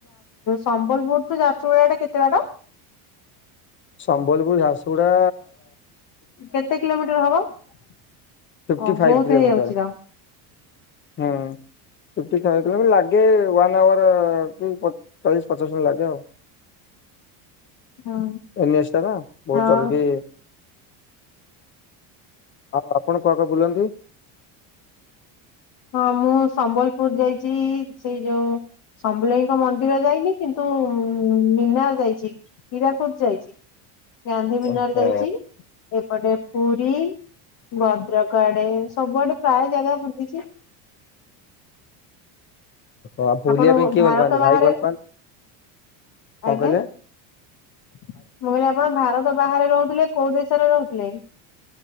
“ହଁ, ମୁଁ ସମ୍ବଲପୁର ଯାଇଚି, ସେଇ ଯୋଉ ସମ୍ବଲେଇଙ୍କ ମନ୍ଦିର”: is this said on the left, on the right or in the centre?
Left